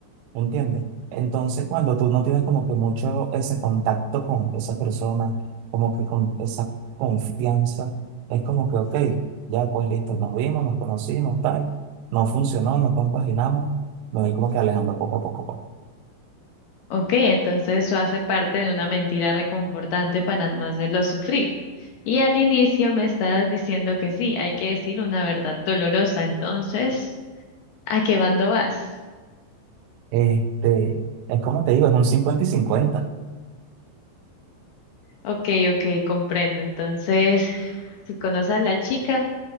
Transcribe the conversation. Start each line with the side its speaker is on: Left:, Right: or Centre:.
Right: ¿me entiendes? Entonces, cuando tú no tienes como que mucho ese contacto con esa persona, como que con esa confianza, es como que, ok, ya pues listo, nos vimos, nos conocimos, tal, no funcionó, no compaginamos, me voy como que alejando poco a poco. pues.
Left: Ok, entonces eso hace parte de una mentira reconfortante para no hacerlo sufrir. Y al inicio me estabas diciendo que sí, hay que decir una verdad dolorosa. Entonces, ¿a qué bando vas?
Right: Este, es como te digo, es un cincuenta y cincuenta
Left: Ok, ok, comprendo. Entonces, si conoces a la chica,